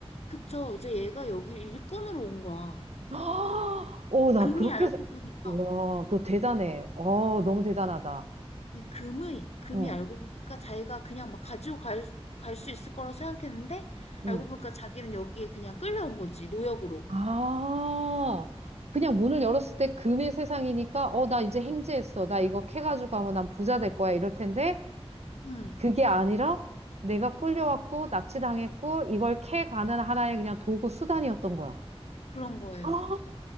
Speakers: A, on the left; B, on the right.
A: 그쵸. 이제 얘가 여기 일꾼으로 온 거야.
B: <gasps> 어, 나
A: 금이
B: 그렇게
A: 알고
B: 해서-
A: 보니까
B: 와, 너 대단해. 어, 너무 대단하다.
A: 근데 금의, 금이
B: 응,
A: 알고 보니까 자기가 그냥 막 가지고 갈, 갈 수 있을 거라 생각했는데,
B: 응.
A: 알고 보니까 자기는 여기에 그냥 끌려온 거지, 노역으로.
B: 아, 그냥 문을 열었을 때 금의 세상이니까, 어, 나 이제 행제했어. 나 이거 캐가지고 가면 난 부자 될 거야. 이럴 텐데,
A: 음,
B: 그게 아니라 내가 끌려왔고 납치당했고 이걸 캐가는 하나의 그냥 도구 수단이었던 거야.
A: 그런 거예요.
B: 아,